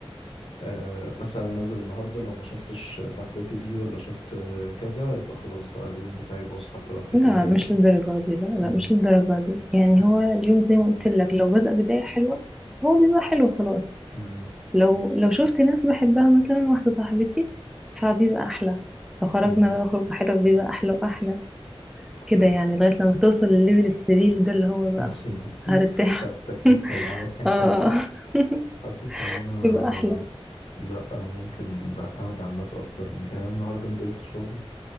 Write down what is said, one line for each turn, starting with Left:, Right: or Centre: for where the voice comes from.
Left: آه مثلا نازل النهارده لو ما شفتش صاحبتي دي ولا شفت آه، كذا يبقى خلاص بقى اليوم بتاعي باظ حتى لو في
Centre: لا
Left: كل حاجه
Centre: مش
Left: حلوه
Centre: للدرجة دي لا لا
Left: مم.
Centre: مش للدرجة دي يعني
Left: لا.
Centre: هو اليوم زي ما قلت لك لو بدأ بداية حلوة هو بيبقى حلو خلاص
Left: مم.
Centre: لو لو شفت ناس بحبها مثلا واحدة صاحبتي فبيبقى احلى لو خرجنا
Left: مم.
Centre: بقى خروج حلو بيبقى احلى واحلى
Left: مش
Centre: كده
Left: عارف
Centre: يعني لغاية لما توصل للليفل السرير ده اللي هو بقى
Left: اوكي تيت
Centre: هرتاح
Left: <laughs> بتاعت التكييف
Centre: <laughs>
Left: نرجع لها تاني
Centre: اه <laughs>
Left: حاسس ان انا
Centre: يبقى احلى
Left: لا انا ممكن بعتمد على الناس اكتر من يعني أنا النهارده نزلت الشغل